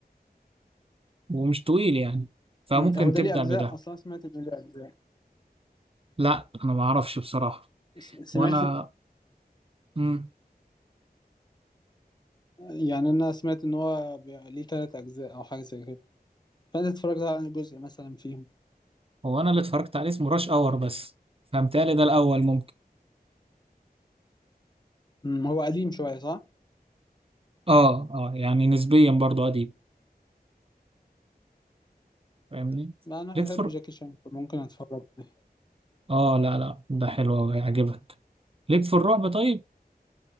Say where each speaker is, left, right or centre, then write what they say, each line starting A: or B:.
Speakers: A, on the right; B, on the left.
A: ومش طويل يعني فممكن
B: مم، هو ده
A: تبدأ
B: ليه اجزاء
A: بده
B: اصلا سمعت انه ليه اجزاء
A: لا انا ما اعرفش بصراحة
B: س- سمعت
A: وانا مم.
B: يعني انا سمعت ان هو ب- ليه ثلاث اجزاء او حاجه زي كده فانت اتفرجت على جزء مثلا فيهم
A: هو انا اللي اتفرجت عليه اسمه راش اور بس فهمتهيألي ده الاول ممكن
B: مم، هو قديم شويه صح
A: اه اه يعني نسبيا برضو قديم فاهمني
B: ما انا
A: ليك
B: بحب
A: فر
B: جاكي شان فممكن اتفرج عليه
A: اه لا لا ده حلو أوي هيعجبك ليك في الرعب طيب